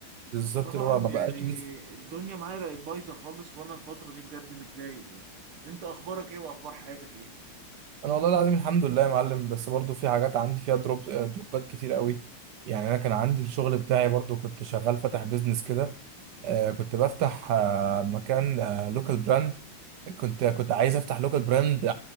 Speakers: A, on the right; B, on the right.
A: بالظبط
B: فطبعا
A: اللي هو ما
B: يعني
A: بقاش <laughs> لسه
B: الدنيا معايا بقت بايظة خالص وأنا الفترة دي بجد متضايق يعني أنت أخبارك إيه وأخبار حياتك إيه؟
A: انا والله العظيم الحمد لله يا معلم بس برضو في حاجات عندي فيها دروب آه، دروبات كتير قوي يعني انا كان عندي الشغل بتاعي برضو كنت شغال فاتح بيزنس كده آه، كنت بفتح آه، مكان لوكال براند كنت كنت عايز افتح لوكال براند